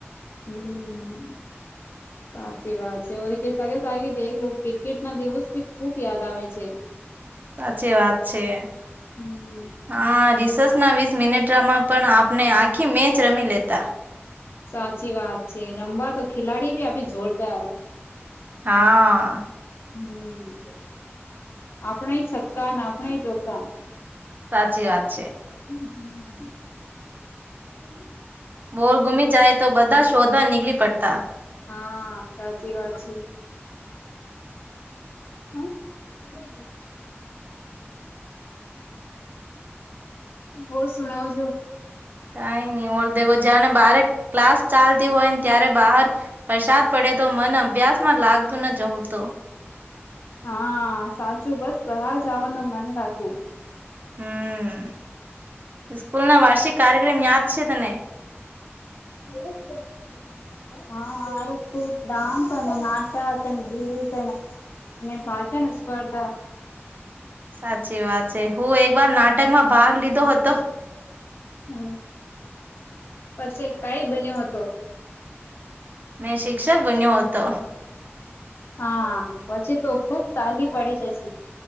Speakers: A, on the left; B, on the right.
A: હમ્મ હમ્મ. સાચી વાત છે ઓ કેે દે ક્રિકેટ ના દિવસ ભી ખુબ યાદ આવે છે. <inaudible>
B: સાચી વાત છે.
A: હમ્મ.
B: હા રિસેસ ના વીસ મિનિટમાં પણ આપને આખી મેચ રમી લેતા.
A: સાચી વાત છે રમવા તો ખેલાડી ભી આપી જોરદાર.
B: હા.
A: હમ આપણેય છક્કા આપણે ચોખા.
B: સાચી વાત છે.
A: <inaudible>
B: બોલ ગુમી જાય તો બધા શોધવા નીકળી પડતા.
A: હા સાચી વાત છે. હમ્મ <inaudible> બો સુણાવ જો
B: કઈ નહી ઓર્ દેખો જને બારે ક્લાસ ચાલતી હોય ને ત્યારે બહાર વરસાદ પડે તો મન અભ્યાસ માં લાગતું ન જવું તો.
A: હા સાચું બસ બહાર જવાનું મન થતું.
B: હમ સ્કૂલ ના વાર્ષિક કાર્યક્રમ યાદ છે તને.
A: <inaudible> હા હા ડાન્સ અને નાટક અને ગીત એનું અને <unintelligible> છે ને સ્પર્ધા
B: સાચી વાત છે હું એક વાર નાટકમાં ભાગ લીધો હતો.
A: હમ્મ પછી કઈ બન્યો હતો.
B: મેં શિક્ષક બન્યો હતો.
A: હા પછી તો ખુબ તાલી પડી જસી.